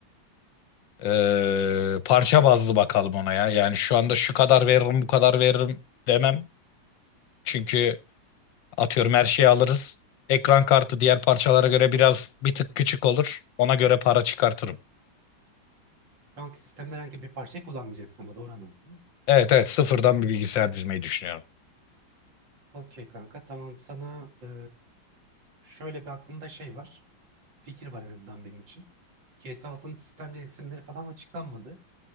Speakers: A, on the left; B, on the right.
A: Ee, parça bazlı bakalım ona ya. Yani şu anda şu kadar veririm, bu kadar veririm demem. Çünkü atıyorum her şeyi alırız. Ekran kartı diğer parçalara göre biraz bir tık küçük olur. Ona göre para çıkartırım.
B: Şu anki sistemde herhangi bir parçayı kullanmayacaksın ama doğru anladım değil mi?
A: Evet evet sıfırdan bir bilgisayar dizmeyi düşünüyorum.
B: Okey kanka tamam sana e, şöyle bir aklımda şey var. Fikir var en azından benim için. GTA 6'nın sistem gereksinimleri falan açıklanmadı.